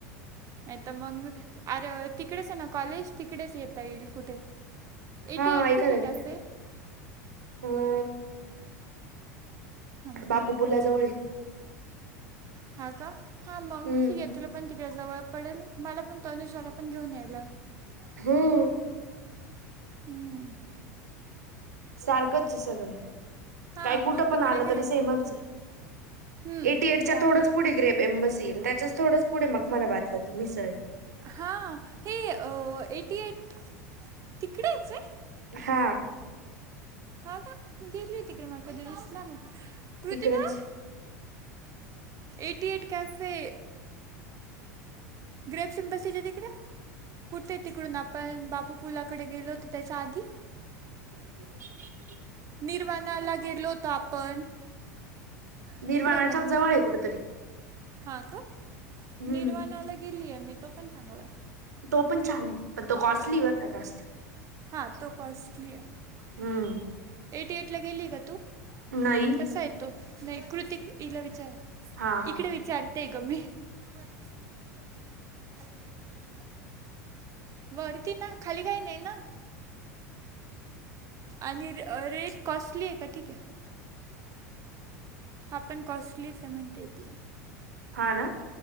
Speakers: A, on the right (about 40°); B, on the right (about 85°).
A: नाही तर मग, अरे तिकडेच आहे ना कॉलेज तिकडेच येत ता येईल कुठे, एटी
B: हा
A: एट
B: ऐका
A: कुठे
B: नक्की
A: कॅफे?
B: अ
A: हां एक
B: बापू
A: मिनटं
B: पुलाजवळ आहे.
A: हां का? हां मग
B: हम्म
A: ठीक आहे तुला पण तिकडें जावं पडेल, मला पण तनुजाला पण घेऊन यायला
B: हम्म
A: हम्म.
B: सारखंच ए सगळं.
A: हां
B: काही कुठं
A: मग
B: पण
A: तिकडे
B: आलं
A: घ्यायचं
B: तरी सेमच
A: म्हटलं
B: ए.
A: हं,
B: एटी एटच्या
A: ते आहे
B: थोडच पुढे ग्रेप <unintelligible> आणि त्याच्याच थोडंच पुढे मग <unintelligible> ती मीसळ आहे.
A: हा, हे अ एटी एट तिकडेच आहे
B: हा
A: हा का मी घेतली तिकडे मला कध दिसला नाही कृती
B: तिकडच
A: काा एटी ट कॅसे ग्रेप सिमबसीच्या तिकडे कुठे तिकडून आपण बापू पुलाकडे गेलो होतो त्याच्या आधी
B: <inaudible>
A: निरवाणाला गेलो होतो आपण
B: निर्वाणाच्याच
A: इकडे का मगत
B: जवळ आहे कुठेतरी.
A: हा का
B: हम्म
A: निर्वाणालय गेलीय मी तो पण चांगलाय
B: तो पण छान आहे पण तो कॉस्टली बर का जास्त
A: हां तो कॉस्टली आहे
B: हम्म
A: एटी एट ला गेली का तू
B: नाही
A: कसा येतो नाही कृती इला विचार
B: हा हा
A: इकडे विचारतेय ग मी वरती स्मूथिंग करते खाली नाही बरत तमे का बर ती ना खाली काही नाही ना आणि रेट कॉस्टली आहे का ठीक आहे हा पण कॉस्टलीच म्हणते ती
B: हा ना